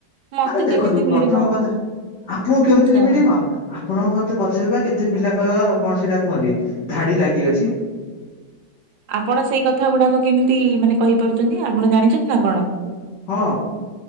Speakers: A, on the right (about 75°); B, on the left (about 60°).
A: ମତେ
B: ଆରେ ଦେଖନ୍ତୁ
A: କେମିତି ମିଳିବ
B: ପ୍ରଥମ କଥା ଆପଣଙ୍କୁ କେମିତି
A: ଆଛା
B: ମିଳିବ। ଆପଣ ମତେ ପଚାରବା କେତେ ପିଲାଙ୍କର କଣ ସେଇଟା କୁହନ୍ତି ଧାଡି ଲାଗିଅଛି।
A: ଆପଣ ସେଇ କଥା ଗୁଡାକ କେମିତି ମାନେ କହିପାରୁଛନ୍ତି। ଆପଣ ଜାଣିଛନ୍ତି ନା କଣ?
B: ହଁ।